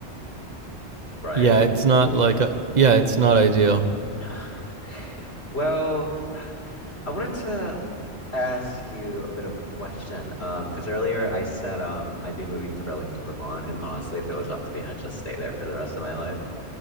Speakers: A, on the left; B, on the right.
A: right?
B: Yeah, it's not like, a, yeah, it's not ideal.
A: Yeah. <sighs> Well, I wanted to ask you a bit of a question. Um, because earlier I said um I'd be moving to Burlington, Vermont, and honestly, if it was up to me, I'd just stay there for the rest of my life.